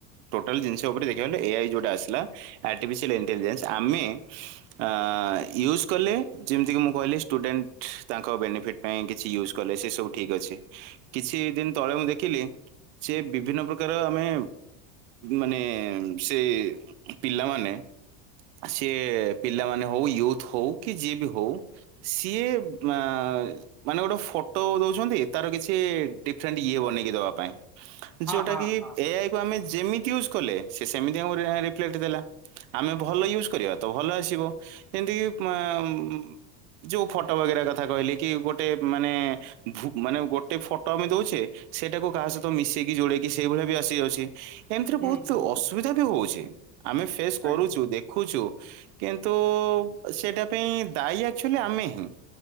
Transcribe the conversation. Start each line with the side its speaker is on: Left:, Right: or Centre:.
Right: ଟୋଟାଲ ଜିନିଷ ଉପରେ ଦେଖିବାନି ଏଆଇ ଯୋଉଟା ଆସିଲା ଆଟିଫିସିଆଲ ଇନ୍ ଣ୍ଟେଲିଜେଣ୍ଟ ଆମେ, ଆଉ ୟୁଜ୍ କଲେ ଯେମିତିକି ମୁଁ କହିଲି ଷ୍ଟୁଡେଣ୍ଟ ତାଙ୍କ ବେନିଫିଟ୍, ପାଇଁ କିଛି ୟୁଜ୍ କଲେ ସେ ସବୁ ଠିକ ଅଛି କିଛି ଦିନ ତଳେ ମୁଁ ଦେଖିଲି, ସେ ବିଭିନ୍ନ ପ୍ରକାର ଆମେ ମାନେ ସେ, <unintelligible> ପିଲାମାନେ ସିଏ ପିଲାମାନେ ହଉ ୟୁଥ୍ ହଉ କି ଯିଏ ବି ହଉ, ସିଏ ମା ମାନେ ଗୋଟେ ଫଟୋ ଦଉଛନ୍ତି। ତାର କିଛି ଡିଫରେଣ୍ଟ ଇଏ ବନେଇକି ଦେବା ପାଇଁ ଯୋଉଟା
Centre: ହଁ ହଁ
Right: କି
Centre: ହଁ।
Right: ଏଆଇ, ତୁ ଆମେ ଜେମିତି ୟୁଜ୍ କଲେ ସେ ସେମିତି <unintelligible> କ୍ଲେଟ୍ ଦେଲା ଆମେ ଭଲ ୟୁଜ୍ କରିବା ତ ଭଲ ଆସିବ ଏମିତି ମା <unintelligible> ଯୋଉ ଫଟୋ ବଗେରା କଥା କହିଲି କି ଗୋଟେ ମାନେ, ଭୁ ମାନେ ଗୋଟେ ଫଟୋ ଆମେ ଦଉଛେ ସେଇଟାକୁ କାହା ସହିତ ମିଶେଇକି ଯୋଡ଼େଇକି ସେଇଭଳିଆ ବି ଆସି ସେ, ଏମିତିରେ
Centre: ହୁଁ
Right: ବହୁତ
Centre: ହୁଁ
Right: ଅସୁବିଧା ବି ହଉଛି ଆମେ ଫେସ୍ କରୁଛୁ,
Centre: ଆଜ୍ଞା
Right: ଦେଖୁଛୁ କିନ୍ତୁ ସେଇଟା ପାଇଁ ଦାୟୀ ଆକ୍ଚୁଆଲି ଆମେ ହିଁ,